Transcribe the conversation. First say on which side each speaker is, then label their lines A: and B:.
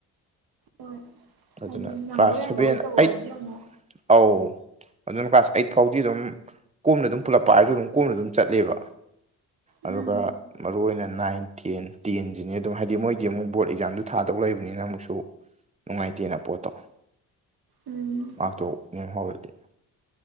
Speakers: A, on the right (about 55°); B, on the right (about 15°).
A: ꯍꯣꯏ ꯍꯥꯏꯗꯤ
B: ꯑꯗꯨꯅ
A: ꯅꯪꯕꯣꯏ
B: ꯀ꯭ꯂꯥꯁ
A: ꯅꯪꯗꯕꯣꯏ
B: ꯁꯚꯦꯟ
A: ꯇꯧꯔꯗꯤ
B: ꯑꯩꯠ
A: ꯑꯃꯨꯛ
B: ꯑꯧ ꯑꯗꯨꯅ ꯀ꯭ꯂꯥꯁ ꯑꯩꯠ ꯐꯥꯎꯗꯤ ꯑꯗꯨꯝ ꯀꯣꯝꯅ ꯑꯗꯨꯝ ꯄꯨꯂꯛꯄ ꯍꯥꯏꯔꯁꯨ ꯑꯗꯨꯝ ꯀꯣꯝꯅ ꯑꯗꯨꯝ ꯆꯠꯂꯦꯕ ꯑꯗꯨꯒ
A: ꯎꯝ
B: ꯃꯔꯨ ꯑꯣꯏꯅ ꯅꯥꯏꯟ ꯇꯦꯟ ꯇꯦꯟꯁꯤꯅꯦ ꯑꯗꯨꯝ ꯍꯥꯏꯗꯤ ꯃꯣꯏꯗꯤ ꯑꯃꯨꯛ ꯕꯣꯔꯗ ꯑꯦꯛꯖꯥꯝꯗ ꯊꯥꯗꯧ ꯂꯩꯕꯅꯤꯅ ꯑꯃꯨꯛꯁꯨ ꯅꯨꯡꯉꯥꯏꯇꯦꯅ ꯄꯣꯠꯇꯣ
A: ꯎꯝ
B: ꯃꯍꯥꯛꯥꯛꯇꯨ ꯌꯦꯦꯝꯍꯧꯔꯗꯤ